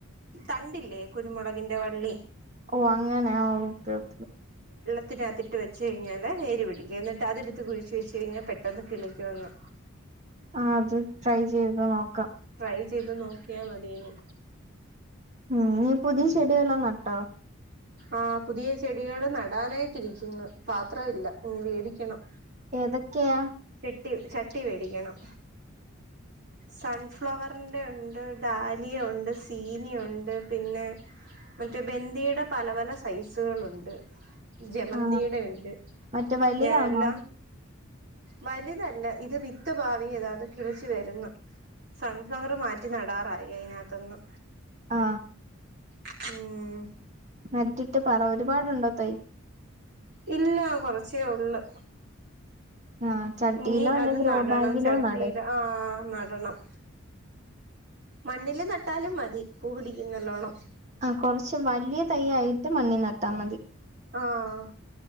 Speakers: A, on the right (about 50°); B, on the right (about 35°).
A: തണ്ടില്ലേ കുരുമുളകിന്റെ വള്ളി
B: ഓ അങ്ങനെ ഓക്കെ ഓക്കെ
A: ത്തനാത്തിട്ട് വെ വെച്ച് കഴിഞ്ഞാ വേര് പിടിക്കും എന്നിട്ട് അത് എടുത്ത് കുഴിച്ചു വെച്ച് കഴിഞ്ഞാൽ പെട്ടെന്ന് കിളിക്കുവെന്ന്
B: ആ അത് ട്രൈ ചെയ്ത് നോക്കാം
A: ട്രൈ ചെയ്ത് നോക്കിയാ മതീന്ന്
B: ഉം നീ പുതിയ ചെടി വല്ലോം നട്ടോ
A: ആ പുതിയ ചെടികള് നടാനായിട്ട് ഇരിക്കുന്നു പാത്രം ഇല്ല ഇനി വേടിക്കണം
B: ഏതൊക്കെയാ
A: ചട്ടി ചട്ടി വേടിക്കണം സൺഫ്ലവറിന്റെ ഉണ്ട് ഡാലിയ ഒണ്ട് സീനിയ ഒണ്ട് പിന്നെ മറ്റേ ബന്ദിയുടെ പല പല സൈസുകളുണ്ട് ജമന്തിടെ
B: ആ
A: ഉണ്ട്
B: മറ്റേ വലുതാന്നോ
A: ഞാനെല്ലാം വലുതല്ല ഇത് വിത്ത് പാവിയതാ അത് കിളിച്ചു വരുന്നു സൺഫ്ലവർ മാറ്റി നടാറായി അയിന തന്ന്
B: ആ
A: ഉം
B: നട്ടിട്ട് പറ ഒരുപാടുണ്ടോ തൈ
A: ഇല്ല കൊറച്ചേ ഉള്ളു
B: ആ ചട്ടിയിലോ
A: ഇനി
B: അല്ലെ
A: അത്
B: ഗ്രോ
A: നടണം
B: ബാഗിലോ
A: ചട്ടിൽ
B: നട്
A: ആഹ നട ടണം മണ്ണില് നട്ടാലും മതി പൂ പിടിക്കും നല്ലോണം
B: ആ കുറച്ച് വലിയ തൈയായിട്ട് മണ്ണി നട്ടാ മതി
A: ആഹ